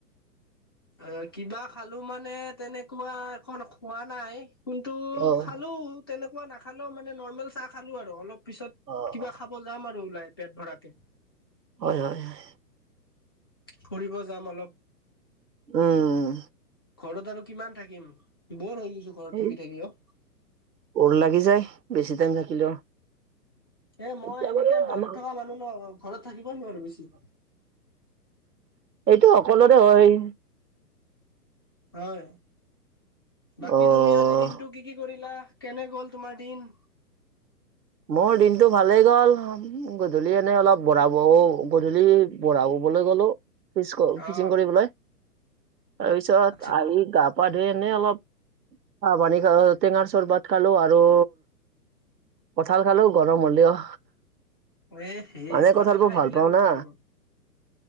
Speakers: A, on the left; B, on the right.
A: এ কিবা খালো মানে তেনেকুৱা এখন খোৱা নাই। কিন্তু
B: অ',
A: খালো তেনেকুৱা নাখালোও মানে নৰ্মেল চাহ খালো আৰু অলপ পিছত
B: অ',
A: কিবা খা ব যাম আৰু ওলাই পেট ভৰাৰাকে।
B: হয়, হয়, হয়।
A: ফুৰিব যাম অলপ।
B: উম
A: ঘৰত আৰু কিমান থাকিম, বৰ হৈ গৈছো ঘৰত
B: এই
A: থাকি থাকি অ'।
B: বৰ লাগি যায়, বেছি টাইম থাকিলেও।
A: এ মই
B: এতিয়া
A: এনি
B: বাৰু
A: টাইম বাহিৰত
B: আমাৰ
A: থকা মানুহ ন ঘৰত থাকিবই নোৱাৰোঁ বেছি।
B: এইটো সকলোৰে হয়।
A: হয়, বাকী
B: অ',
A: তুমি আজি দিনটো কি কি কৰিলা কেনে গ'ল তোমাৰ দিন?
B: মোৰ দিনটো ভালেই গ'ল গধূলি এনে অলপ বৰা বহো গধূলি বঢ়া ববলৈ গ'লো। <inaudible> ফিচিং
A: অ
B: কৰিবলৈ। তাৰপিছত
A: আচ্ছা
B: আহি গা পা ধুই, এনে অলপ চা পানী খা টেঙাৰ চৰবত খালোঁ আৰু কঁঠাল খালোঁ, গৰম হ'লেও।
A: এ সেই
B: মানে
A: কঁঠাল
B: বোৰ
A: খাই
B: ভাল
A: দিলা
B: পাওঁ
A: নেকি
B: না
A: গৰমত?